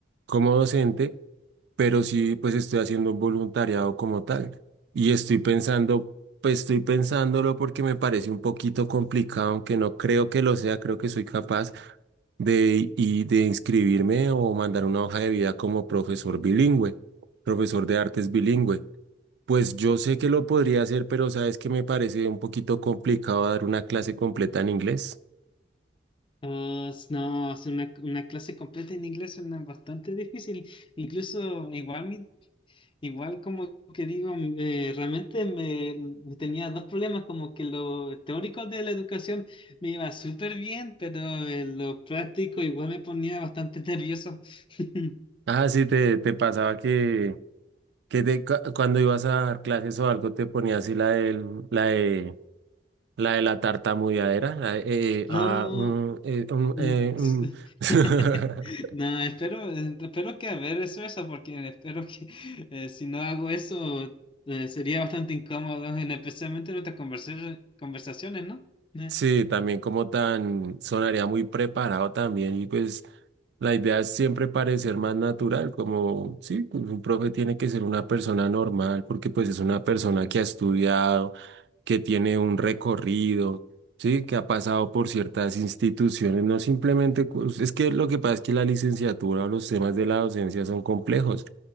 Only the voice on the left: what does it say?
Ah, s- no, hacer una, una clase completa en inglés suena bastante difícil. Incluso igual mi, Igual como que digo, eh, realmente me, me tenía dos problemas, como que lo teórico de la educación me iba súper bien, pero eh, lo práctico igual me ponía bastante nervioso. <laughs>
No,
mm,
s-
<laughs> no, espero, eh, espero que haber eso, eso, porque espero que eh, si no hago eso eh, sería bastante incómodo, en- especialmente en nuestras conversa- conversaciones, ¿no? Eh,